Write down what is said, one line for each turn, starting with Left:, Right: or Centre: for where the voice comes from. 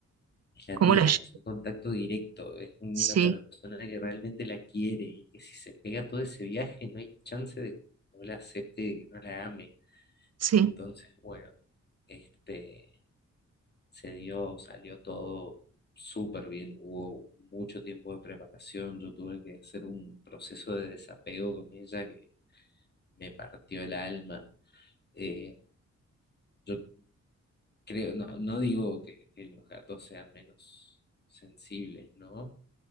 Left: es la
Right: ¿Cómo
Left: tía,
Right: la llevo?
Left: es un contacto directo, es una
Right: Sí,
Left: persona que realmente la quiere y que si se pega todo ese viaje no hay chance de que no la acepte, de que no la ame.
Right: sí.
Left: Entonces, bueno, este... se dio, salió todo súper bien, hubo mucho tiempo de preparación, yo tuve que hacer un proceso de desapego con ella que me partió el alma. Eh, yo creo, no, no digo que, que los gatos sean menos sensibles, ¿no?